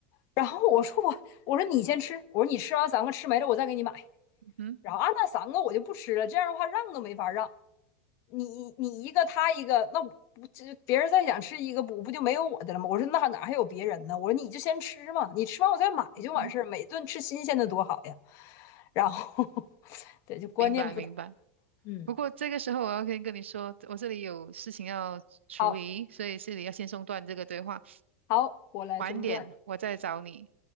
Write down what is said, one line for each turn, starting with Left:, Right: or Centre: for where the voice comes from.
Left: 然后我说我我说你先吃，我说你吃完三个吃没了我再给你买。
Right: 嗯，
Left: 然后啊那三个我就不吃了，这样的话让都没法让，你你一个他一个，那我这别人再想吃一个不不就没有我的了吗？我说那哪还有别人呢？我说你就先吃嘛，你吃完我再买就完事儿，
Right: 嗯哼，
Left: 每顿吃新鲜的多好呀。然后 <laughs> 对，就观念不同。
Right: 明白明白。
Left: 嗯，
Right: 不过这个时候我要先跟你说，我这里有事情要处理，
Left: 好，
Right: 所以这里要先中断这个对话，
Left: 好，我来中断。
Right: 晚点我再找你。